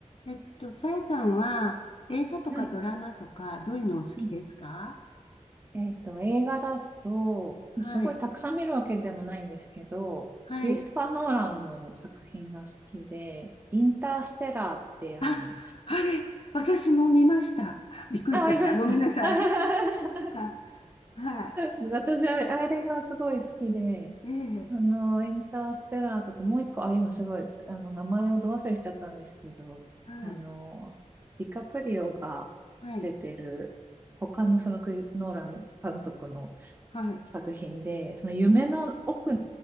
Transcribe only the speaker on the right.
はい。うんえっと、映画だと、
すごいたくさん見るわけでもないんですけど、
クリストファー・ノーランの作品が好きで、インターステラーって、
あの、
あ、ありました。
<laughs>
私、あれがすごい好きで、
あの、インターステラーとか、もう一個、あ、今すごい、あの、名前をど忘れしちゃったんですけど、
あの、ディカプリオが
出てる、他のそのクリ、ノーラン監督の
作品で、その夢の奥に